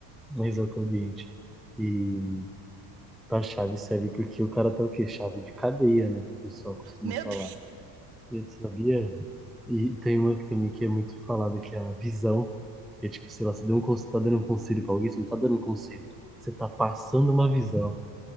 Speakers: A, in the centre; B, on the right.
A: Exatamente. E pra chave serve porque o cara tá o quê? Chave de cadeia, né? O pessoal costuma
B: Meu
A: falar.
B: Deus! <laughs>
A: Eu sabia? E tem uma que também que é muito falada, que é a visão. É tipo, sei lá, você deu um, conse- tá dando um conselho pra alguém, você não tá dando um conselho. Você tá passando uma visão.